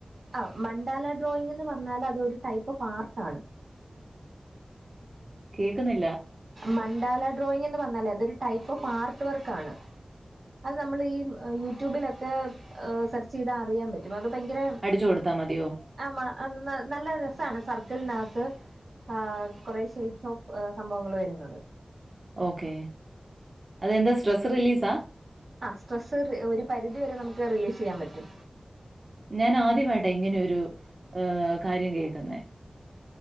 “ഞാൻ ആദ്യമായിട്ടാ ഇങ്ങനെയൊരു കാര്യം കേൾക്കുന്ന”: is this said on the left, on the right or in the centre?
Right